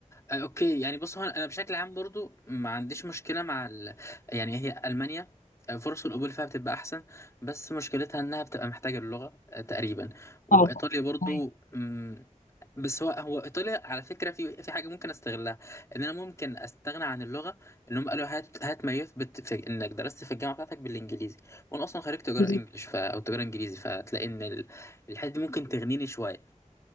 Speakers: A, on the left (about 20°); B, on the left (about 85°).
A: آه، اوكي يعني بص هو انا بشكل عام برضو ما عنديش مشكله مع ال... يعني هي المانيا آه، فرص القبول فيها بتبقى احسن بس مشكلتها انها بتبقى محتاجه اللغه آه، تقريبا وايطاليا
B: صعب
A: برضو
B: أيوة.
A: مم، بس هو هو ايطاليا على فكره في في حاجه ممكن استغلها ان انا ممكن استغنى عن اللغه ان هم قالوا هات هات ما يثبت في انك درست في الجامعه بتاعتك بالانجليزي وانا اصلا خريج تجاره
B: بالظبط.
A: انجلش ف... او تجاره انجليزي فتلاقي ان ال- الحته دي ممكن تغنيني شويه